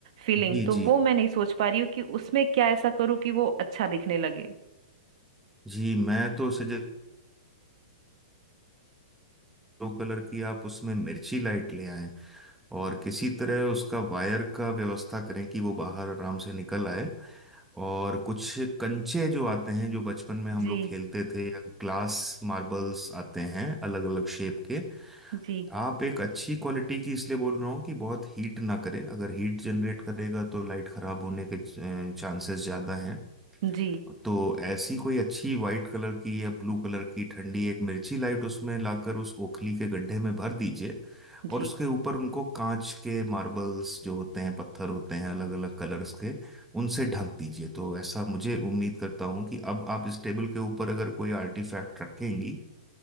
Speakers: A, on the right; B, in the centre.
A: फीलिंग
B: जी
A: तो वो
B: जी
A: मैं नहीं सोच पा रही हूँ कि उसमें क्या ऐसा करूँ कि वो अच्छा दिखने लगे
B: जी मैं तो सजेस्ट दो कलर की आप उसमें मिर्ची लाइट ले आएं और किसी तरह उसका वायर का व्यवस्था करें कि वो बाहर आराम से निकल आए और कुछ कंचे जो आते हैं जो बचपन में हम
A: जी
B: लोग खेलते थे या ग्लास मार्बल्स आते हैं अलग अलग शेप के
A: जी
B: आप एक अच्छी क्वालिटी की इसलिए बोल रहा हूँ कि बहुत हीट ना करे अगर हीट जनरेट करेगा तो लाइट खराब होने के चांसेस ज़्यादा हैं
A: जी
B: तो ऐसी कोई अच्छी वाइट कलर की या ब्लू कलर की ठंडी एक मिर्ची लाइट उसमें लाकर उस ओखली के गड्ढे में भर दीजिए
A: जी
B: और उसके ऊपर उनको कांच के मार्बल्स जो होते हैं पत्थर होते हैं अलग अलग कलर्स के उनसे ढक दीजिए तो ऐसा मुझे उम्मीद करता हूँ कि अब आप इस टेबल के ऊपर अगर कोई आर्टिफैक्ट रखेंगी